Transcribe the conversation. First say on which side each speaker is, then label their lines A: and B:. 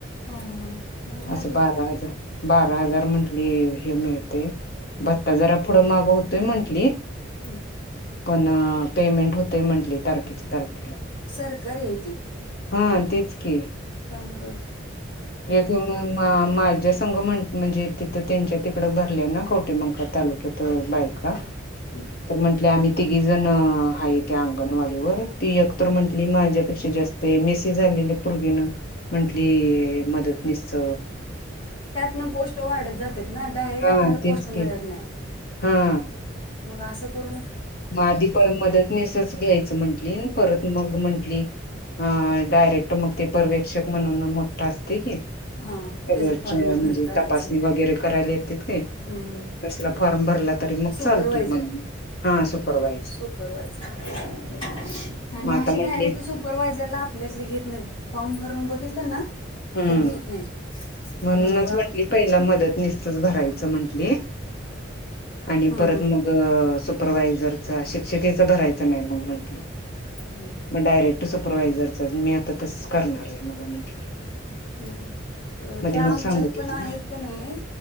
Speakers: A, on the left (about 25°); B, on the left (about 50°).
A: हा हां हां. मग भारी
B: असं बारा हजार बारा हजार म्हंटली हे मिळते. भत्ता जरा पुढं मागं होतोय म्हंटली.
A: हम.
B: पण पेमेंट होत म्हंटली तारखेची. तारखेला
A: सरकारी आहे
B: हा तेच की.
A: तमुळेळ.
B: येथून. मा-माझ्या संघ म्हण -म्हणजे तिथं त्यांच्या तिकडं भरल्या ना कवटेमकाळ तालुक्यात बायका.
A: हं
B: तर म्हंटले आम्ही तिघी जण आहे त्या अंगणवाडीवर. ती एकक्तर
A: हं
B: म्हंटली माझ्यापेक्षा जास्त मेसेज झालेले पोरगीन म्हंटली. मदतनीसच.
A: त्यातन पोस्ट वाढत जातात ना डायरेक्ट
B: हा
A: आपल्याला पोस्ट
B: तेच की
A: मिळत नाही.
B: हा.
A: मग असं करून.
B: मग आधी प मदत नसच घ्यायचं म्हंटली परत मग म्हंटली. अ डायरेक्ट मग ते पर्वेक्षक म्हणून मोठा असते की,
A: हा
B: अग
A: त्याचं फॉर्म
B: म्हणजे
A: भरत राहायचं
B: तपासणी वगैरे करायला येत का
A: हम्म
B: तसला. फॉर्म भरला तरी मग
A: सुपरवायझर
B: चालतोय मग. हा सुपरवायझर
A: सुपरवायझर आणि
B: मग
A: असे
B: आता म्हंटले
A: डायरेक्टप सूप परवाय जर ला आपल्यातली घेत नाहीत फॉर्म भरून बघितलं ना
B: हम्म
A: तर घेत नाहीत.
B: म्हणूनच
A: अ
B: म्हंटली
A: आम
B: पहिला मदत निसतच भरायचं म्हंटली. आणि
A: हां
B: परत
A: हां
B: मग सुपरवायझरचा- शिक्षिकेचा भरायचं नाही मग म्हंटले.
A: हम्म
B: मग डायरेक्ट सुपरवायझरचाच मी आता तसच करणार आहे मला म्हटले.
A: हम्म -हम्म अ त्या
B: मला
A: आमच्यात
B: सांगत
A: पण
B: होती
A: आहेत
B: ना
A: का नाही